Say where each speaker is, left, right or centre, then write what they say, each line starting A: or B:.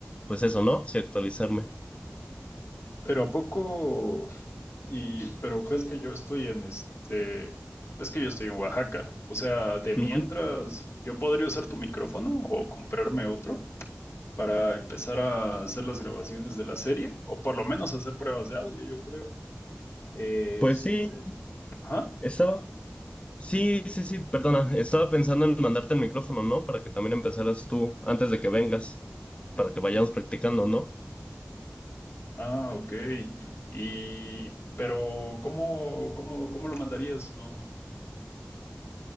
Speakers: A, on the left; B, on the left.
A: pues eso, ¿no? Si actualizarme.
B: Pero a poco y pero ves que yo estoy en este ves que yo estoy en Oaxaca. O sea, de mientras
A: Ujú.
B: yo podría usar tu micrófono o comprarme otro. para empezar a hacer las grabaciones de la serie, o por lo menos hacer pruebas de audio, yo creo. Este,
A: Pues sí,
B: ajá.
A: estaba, sí, sí, sí, perdona, estaba pensando en mandarte el micrófono, ¿no? Para que también empezaras tú antes de que vengas, para que vayamos practicando, ¿no?
B: Ah, ok. Y, pero, ¿cómo, cómo, cómo lo mandarías? No.